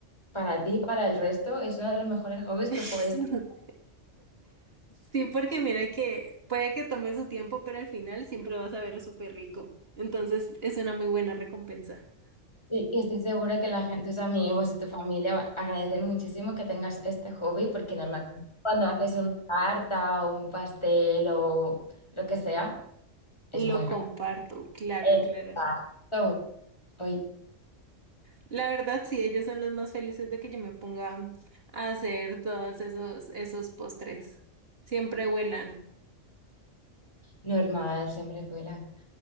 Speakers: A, on the left; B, on the right.
A: para ti y para el resto, es uno de los mejores hobbies
B: <laughs>
A: que puedes tener.
B: Sí, porque mira que puede que tome su tiempo, pero al final siempre vas a ver súper rico. Entonces, es una muy buena recompensa.
A: Y y estoy segura que la gente, tus amigos y tu familia agradecen muchísimo que tengas este hobby, porque normalmente cuando haces una tarta o un pastel o lo que sea, es
B: Lo
A: muy
B: comparto, claro,
A: Exacto.
B: Clara.
A: Oye,
B: La verdad, sí, ellos son los más felices de que yo me ponga a hacer todos esos, esos postres. Siempre vuelan.
A: normal, siempre vuelan.